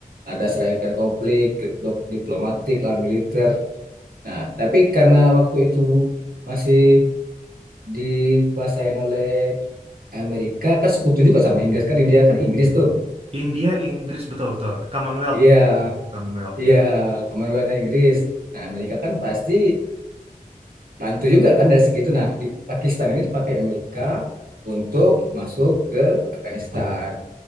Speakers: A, on the right (about 85°); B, on the right (about 40°).
A: ada serangkaian konflik ke- diplomatik lah militer. Nah, tapi karena waktu itu masih dikuasain oleh Amerika kan sekutu juga sama Inggris kan India kan Inggris tuh.
B: India, Inggris betul-betul. Commonwealth
A: Iya,
B: ya. Commonwealth
A: iya,
B: ya.
A: Kemanusiaan Inggris. Nah, Amerika kan pasti bantu juga kan dari segitu. Nah, di Pakistan ini dipakai Amerika untuk masuk ke Afghanistan.